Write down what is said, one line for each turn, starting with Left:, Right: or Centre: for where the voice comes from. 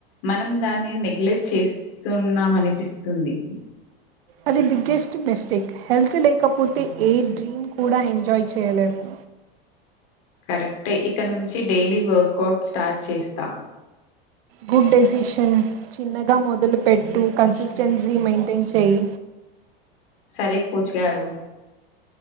Left: మనం దాన్ని నెగ్లెక్ట్ చేస్తున్నామనిపిస్తుంది.
Right: అది బిగ్గెస్ట్ మిస్టేక్ హెల్త్ లేకపోతే ఏ డ్రీమ్ కూడా ఎంజాయ్ చేయలేము!
Left: కరెక్టే ఇక నుంచి డైలీ వర్కౌట్ స్టార్ట్ చేస్తా
Right: గుడ్ డెసిషన్ చిన్నగా మొదలుపెట్టు కన్సిస్టెన్సీ మెయింటైన్ చెయ్
Left: సరే కోచ్ గారు